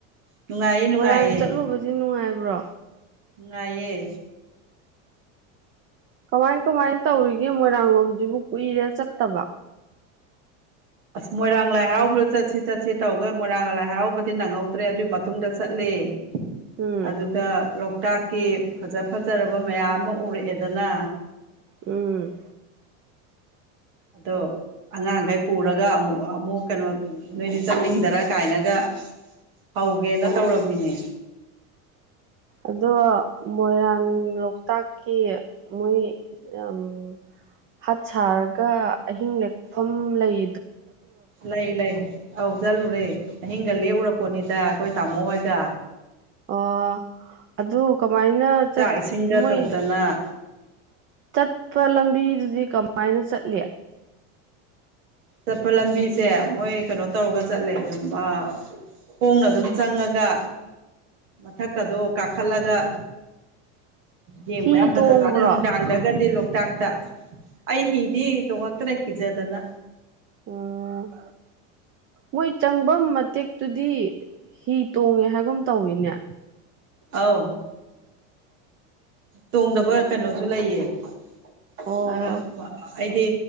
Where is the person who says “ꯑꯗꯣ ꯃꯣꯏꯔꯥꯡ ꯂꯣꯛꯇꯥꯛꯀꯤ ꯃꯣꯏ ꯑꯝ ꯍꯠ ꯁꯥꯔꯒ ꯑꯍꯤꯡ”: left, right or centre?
Right